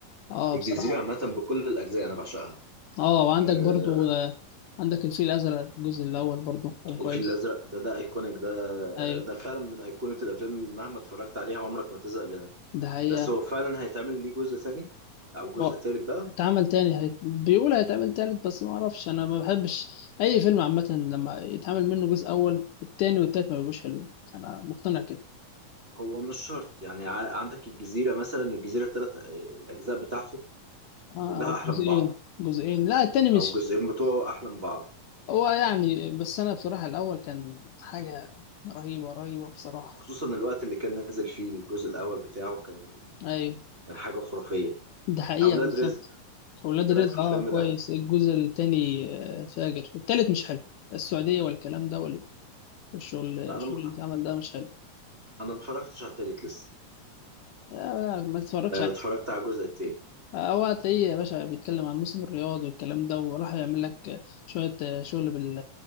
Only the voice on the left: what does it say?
اه
بصراحه
اه وعندك
برضو آه، عندك الفيل الازرق الجزء الاول برضو كان كويس
ايوه
ده حقيقة
و-
اتعمل تاني هيت... بيقول هيتعمل تالت بس ما اعرفش انا ما بحبش اي فيلم عامه لما يتعمل منه جزء اول التاني والتالت ما بيبقوش حلوين انا مقتنع كده
اه
جزئين
جزئين لا التاني مش
هو يعني بس انا بصراحه الاول كان حاجه رهيبه رهيبه بصراحه
ايوه
ده حقيقه
بالظبط
اولاد
رزق
اه كويس
الجزء التاني آه، فاجر التالت مش حلو السعوديه والكلام ده وال- والشغل الشغل
اللي اتعمل ده مش حلو
لا لا ما تتفرجش
هو هتلاقيه يا باشا بيتكلم عن موسم الرياض والكلام ده وراح يعمل لك شوية شغل بال